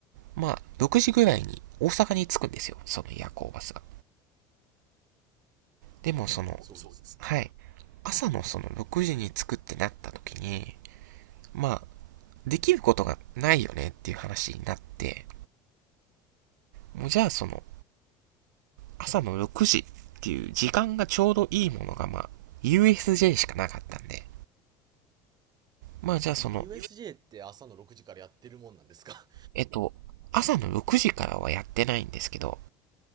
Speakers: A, on the right (about 75°); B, on the right (about 45°).
A: まあ、6時ぐらいに大阪に着くんですよ、その夜行バスが。でもその、
B: そうですね。
A: はい、
B: はい。
A: 朝のその6時に着くってなった時に、まあ、できることがないよねっていう話になって、もうじゃあその、朝の6時っていう時間がちょうどいいものがまあ、USJ しかなかったんで、まあじゃあその、
B: USJ って朝の6時からやってるもんなんですか
A: えっと、朝の6時からはやってないんですけど、